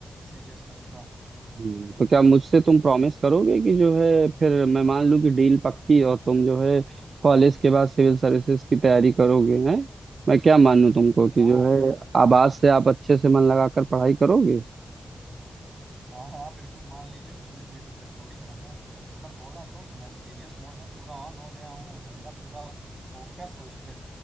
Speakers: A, on the right; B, on the right.
A: सीरियसनेस का
B: हम्म, तो क्या मुझसे तुम प्रॉमिस करोगे कि जो है फिर मैं मान लूं कि डील पक्की और तुम जो है कॉलेज के बाद सिविल सर्विसेज की तैयारी करोगे हैं मैं क्या मानूं तुमको कि
A: हाँ
B: जो है आवाज से आप अच्छे से मन लगाकर पढ़ाई करोगे
A: हाँ हाँ हाँ, बिल्कुल मान लीजिए उसमें कोई दिक्कत थोड़ी है मैंने मतलब बोला तो कि मैं सीरियस मोड में पूरा ऑन हो गया हूँ और मेरा पूरा फोकस है उस पर